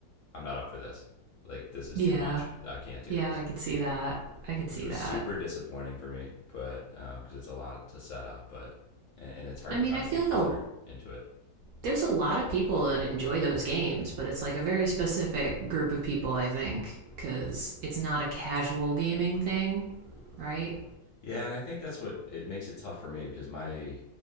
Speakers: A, on the left; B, on the right.
A: i'm not up for this like this is
B: Yeah,
A: too much i can't do
B: yeah,
A: this
B: I could see that. I could
A: which
B: see
A: was
B: that.
A: super disappointing for me, but because um, it's a lot to set up, but and, and it's hard
B: I
A: to
B: mean,
A: find
B: I feel
A: people
B: like a,
A: that are into it.
B: There's a lot of people that enjoy those games, but it's like a very specific group of people, I think, because it's not a casual gaming thing, right?
A: Yeah, and I think that's what it makes it tough for me because my